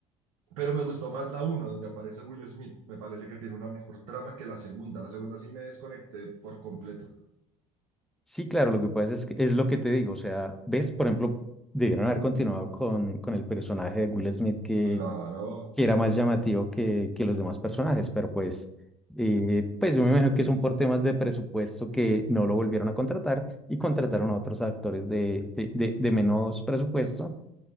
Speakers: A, on the right; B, in the centre.
A: Pero me gustó más la uno, donde aparece Will Smith. Me parece que tiene una mejor trama que la segunda. La segunda sí me desconecté por completo.
B: Sí, claro, lo que pasa es que es lo que te digo, o sea, ves, por ejemplo, debieron haber continuado con, con el personaje de Will Smith que,
A: Claro.
B: que era más llamativo que, que los demás personajes, pero pues, eh, pues yo me imagino que son por temas de presupuesto que no lo volvieron a contratar y contrataron a otros actores de, de, de, de menos presupuesto